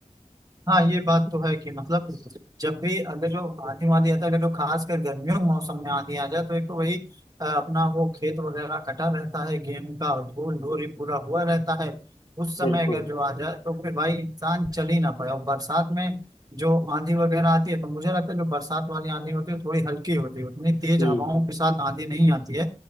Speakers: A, on the right; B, on the left.
A: हाँ ये बात तो है कि मतलब जब भी अगर जो आंधी वांधी आता है अगर जो खासकर गर्मियों के मौसम में आंधी आ जाए तो एक तो वही अ, अपना वो खेत वगैरह कटा रहता है गेहूं का और धूल धूरी पूरा हुआ रहता है
B: हैं।
A: उस समय
B: बिल्कुल
A: अगर जो आ जाए तो फिर भाई इंसान चल ही ना पाए और बरसात में जो आंधी वगैरह आती है तो मुझे लगता है जो बरसात वाली आंधी होती है थोड़ी हल्की होती है उतनी तेज
B: हम्म
A: हवाओं के साथ आंधी नहीं आती है